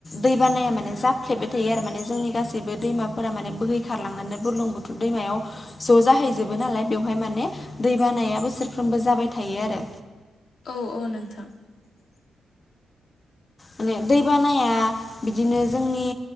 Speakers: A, on the left; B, on the left.
A: दै बानाया मानो जाफ्लेबाय थायो आरो माने जोंनि गासैबो दैमा फोरा माने बोहै खारलांनानै बुरलुं बुथुर दैमायाव ज' जाहैजोबो नालाय बेवहाय माने दैबान नाया बोसोरफ्रोमबो जाबाय थायो आरो
B: औ औ नोंथां।
A: माने दैबानाया बिदिनो जोंनि